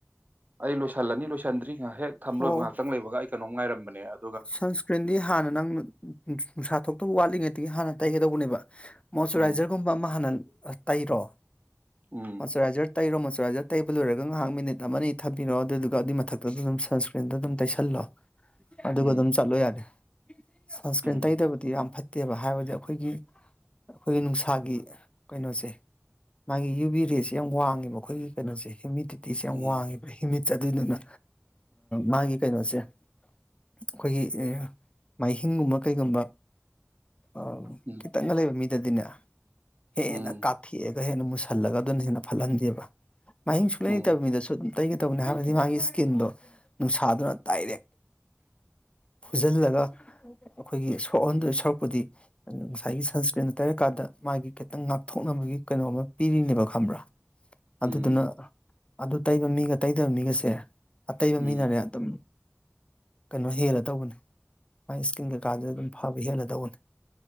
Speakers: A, on the right (about 40°); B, on the left (about 25°).
A: ꯑꯩ ꯂꯣꯁꯥꯂꯥꯅꯤ ꯂꯣꯁꯥꯟꯗꯤ ꯁꯤ ꯉꯍꯦꯛ ꯊꯝꯂꯣꯏꯕ
B: ꯑꯣ
A: ꯉꯍꯥꯛꯇꯪ ꯂꯩꯕꯒ ꯑꯩꯩꯅꯣ ꯉꯥꯏꯔꯝꯕꯅꯤ <unintelligible>
B: ꯁꯟꯁꯀ꯭ꯔꯤꯟꯗꯤ ꯍꯥꯟꯅ ꯅꯪꯅ ꯅꯨꯡꯁꯥ ꯊꯣꯛꯣꯛꯇꯕ ꯋꯥꯠꯂꯤꯉꯩꯗꯒꯤ ꯍꯥꯟꯅ ꯇꯥꯏꯒꯩꯗꯧꯕꯅꯦꯕ ꯃꯣꯏ
A: ꯎꯝ
B: ꯔꯥꯏꯖꯔꯒꯨꯝ ꯑꯃ ꯍꯅꯅ ꯇꯥꯏꯔꯣ
A: ꯎꯝ
B: ꯄꯆꯔꯖꯔ ꯇꯩꯔꯣ ꯃꯣꯆꯨꯔꯥꯏꯖꯔ ꯇꯩꯕ ꯂꯣꯏꯔꯒ ꯉꯥꯏꯍꯥꯛ ꯃꯤꯅꯤꯠ ꯑꯃ ꯑ ꯊꯥꯕꯤꯔꯛꯑꯣ ꯑꯗꯨꯗꯨꯒ ꯑꯗꯨꯒꯤ ꯃꯊꯛꯇꯗ ꯑꯗꯨꯝ ꯁꯟꯁꯀ꯭ꯔꯤꯟꯗ ꯑꯗꯨꯝ ꯇꯩꯁꯜꯂꯣ ꯑꯗꯨꯒ
A: ꯎꯝ
B: ꯑꯗꯨꯝ ꯆꯠꯂꯣ ꯌꯥꯔꯦ ꯁꯟꯁꯀ꯭ꯔꯤꯟ
A: ꯎꯝ
B: ꯇꯩꯗꯕꯗꯤ ꯌꯥꯝ ꯐꯠꯇꯩ ꯅꯠꯇꯦꯕ ꯍꯥꯏꯕꯗꯤ ꯑꯩꯈꯣꯏꯒꯤ ꯑꯩꯈꯣꯏꯒꯤ ꯅꯨꯡꯁꯥꯒꯤ ꯀꯩꯅꯣꯁꯦ ꯃꯥꯒꯤ ꯌꯨ ꯕꯤ ꯔꯦꯁꯦ ꯌꯥꯝ ꯋꯥꯡꯉꯦꯕ ꯑꯩꯈꯣꯏꯒꯤ ꯀꯩꯅꯣꯁꯦ ꯍ꯭ꯌꯨꯃꯤꯗꯤꯇꯤ ꯇꯤꯤꯁꯦ ꯌꯥꯝ
A: ꯎꯝ
B: ꯋꯥꯡꯉꯕ꯭ꯔ ꯍꯤꯃꯤꯠ ꯆ ꯑꯗꯨꯏꯗꯨꯅ ꯃꯥꯒꯤ ꯀꯩꯅꯣꯁꯦ ꯑꯩꯈꯣꯏꯒꯤ ꯃꯥꯏꯍꯤꯡꯒꯨꯝꯕ ꯀꯩꯒꯨꯝꯕ ꯑ
A: ꯎꯝ
B: ꯀꯈꯤꯇꯪꯒ ꯂꯩ ꯃꯤ ꯑꯗꯨꯦꯗꯅ ꯍꯦꯟꯅ
A: ꯎꯝ
B: ꯀꯥꯊꯦꯛꯑꯒ ꯍꯦꯟꯅ ꯃꯨꯁꯤꯜꯂꯒ ꯑꯗꯨꯅ ꯍꯦꯟꯅ ꯐꯠꯍꯟꯗꯦꯕ ꯃꯍꯤꯡ ꯁꯨꯡꯂꯩ
A: ꯎꯝ
B: ꯂꯩꯇꯕ ꯃꯤꯗꯁꯨ ꯑꯗꯨꯝ ꯇꯩꯒꯗꯧꯅꯤ ꯍꯥꯏꯕꯗꯤ ꯃꯥꯒꯤ ꯏꯁꯀꯤꯟꯗꯣ ꯅꯨꯡꯁꯥꯗꯨꯅ ꯇꯥꯏꯔ ꯐꯨꯖꯤꯜꯂꯒ ꯑꯩꯈꯣꯏꯒꯤ ꯁꯣꯛꯍꯟꯗꯣꯏ ꯁꯔꯨꯛꯄꯨꯗꯤ ꯉꯁꯥꯏꯒꯤ ꯁꯟꯁꯀ꯭ꯔꯤꯟꯗ ꯇꯩꯔꯀꯥꯟꯗ ꯃꯥꯒꯤ ꯈꯤꯇꯪ ꯉꯥꯛꯊꯣꯛꯅꯕꯒꯤ ꯀꯩꯅꯣ ꯑꯃ ꯄꯤꯔꯤꯅꯦꯕ ꯈꯪꯕ꯭ꯔꯥ
A: ꯎꯝ
B: ꯑꯗꯨꯗꯨꯅ ꯑꯗꯨ ꯇꯩꯕ ꯃꯤꯒ ꯇꯩꯗꯕ ꯃꯤꯒꯁꯦ ꯑꯇꯩꯕ
A: ꯎꯝ
B: ꯃꯤꯅꯔꯦ ꯑꯗꯨꯝ ꯀꯩꯅꯣ ꯍꯦꯜꯂꯗꯧꯕꯅꯤ ꯃꯥꯏ ꯏꯁꯀꯤꯟ ꯀꯩꯀꯥꯗꯨꯗ ꯑꯗꯨꯝ ꯐꯕ ꯍꯦꯜꯂꯗꯧꯕꯅꯤ